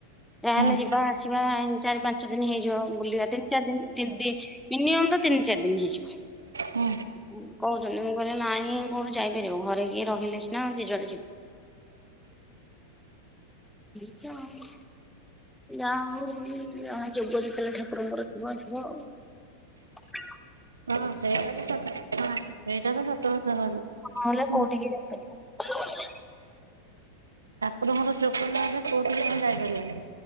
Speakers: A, in the centre; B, on the right.
A: ତାହେଲେ
B: ହୁଁ।
A: ଯିବା ଆସିବା ଏଁନ୍ତି ଚାରି ପାଞ୍ଚ ଦିନ ହେଇଯିବ ବୁଲିବା। ତିନି ଚାରି ଦିନ ତି ଦି ମିନିମମ୍ ତ ତିନି ଚାରି ଦିନ ହେଇଯିବ।
B: ହଁ
A: ଉଁ କହୁଚନ୍ତି ମୁଁ କହିଲି ନାଇଁ କୋଉଠୁ ଯାଇପାରିବ। ଘରେ କିଏ ରହିଲେ ସିନା ଯିଏ ଯୁଆଡେ ଯିବ? ବି ତ ଆଉ। ଯା ହଉ ଯାହା ଯୋଗ ଯେତେବେଳେ ଠାକୁରଙ୍କର ଥିବ ଯିବ ଆଉ। <inaudible>
B: ହଁ ସେଇଟା ତ <unintelligible> ସେଇଟା ବି ସତ କଥା କହିଲ।
A: ନହଲେ
B: ହୁଁ
A: କଉଠିକି ଯାଇପାରିବନି।
B: ଠାକୁରଙ୍କର ଯୋଗ ନାଇଲ କୋଉଠିକି ତମେ ଯାଇପାରିବନି।